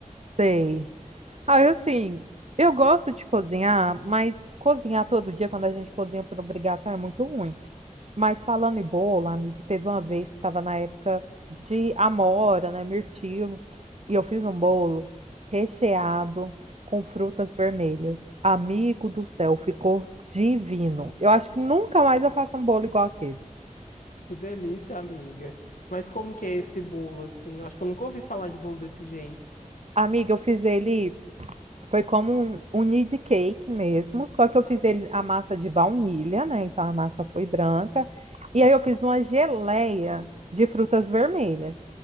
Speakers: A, on the right; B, on the left.
A: sei. Ah, eu, assim, eu gosto de cozinhar, mas cozinhar todo dia quando a gente cozinha por obrigação é muito ruim. Mas falando em bolo, amigo, teve uma vez que estava na época de amora, né, mirtilo, e eu fiz um bolo recheado com frutas vermelhas. Amigo do céu, ficou divino. Eu acho que nunca mais eu faço um bolo igual aquele.
B: Que delícia, amiga. Mas como que é esse bolo, assim? Eu acho que eu nunca ouvi falar de bolo desse jeito.
A: Amiga, eu fiz ele, foi como um, um need cake mesmo, só que eu fiz ele a massa de baunilha, né? Então a massa foi branca. E aí eu fiz uma geleia de frutas vermelhas.